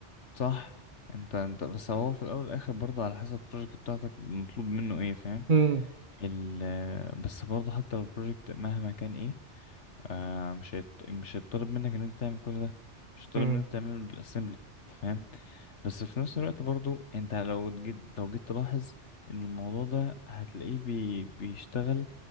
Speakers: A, on the left; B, on the right.
A: صح انت انت بس هو في الاول والاخر برضه على حسب البروجكت بتاعتك مطلوب منه ايه فاهم
B: <laughs> مم.
A: ال بس برضه حتى لو البروجكت مهما كان ايه آه مش هيط... مش هيطلب منك ان انت تعمل كل ده مش هيطلب
B: مم.
A: منك تعمل بالاسمبلي انت فاهم بس في نفس الوقت برضو انت لو جيت لو جيت تلاحظ ان الموضوع ده هتلاقيه بي... بيشتغل